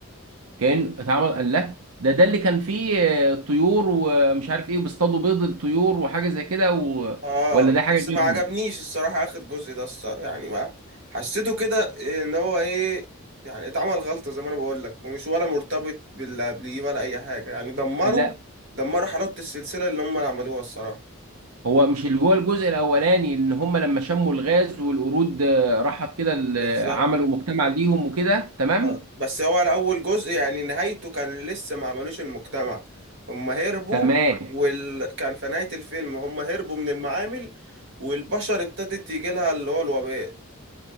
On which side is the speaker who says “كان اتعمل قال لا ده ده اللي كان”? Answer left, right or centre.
Right